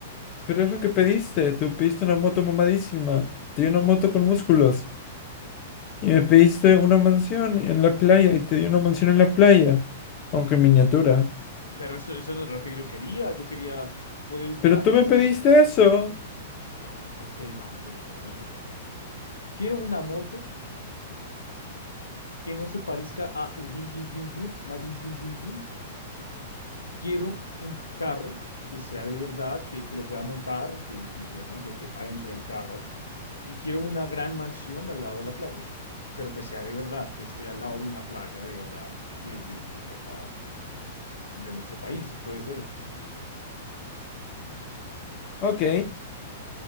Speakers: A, on the left (about 35°); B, on the left (about 75°).
A: pero es lo que pediste. Tú pediste una moto mamadísima. Te di una moto con músculos. Y me pediste una mansión en la playa y te di una mansión en la playa, aunque en miniatura.
B: Pe- Pero eso, eso no era lo que yo quería. Yo quería poder usar
A: Pero tú
B: esas
A: me pediste
B: cosas, ¿sabes?
A: eso.
B: Ah, ok, vamos de nuevo, vamos de nuevo. Quiero una moto que no se parezca a Udin Din Din Dun, Marin Din Din Dun. Quiero un carro que sea de verdad, que, que lo pueda montar, que, que, bueno, yo quepa dentro del carro. Y quiero una gran mansión al lado de la playa, pero que sea de verdad, que esté al lado de una playa de verdad, de, de, de, de acá, de nuestro país, puede ser.
A: Ok.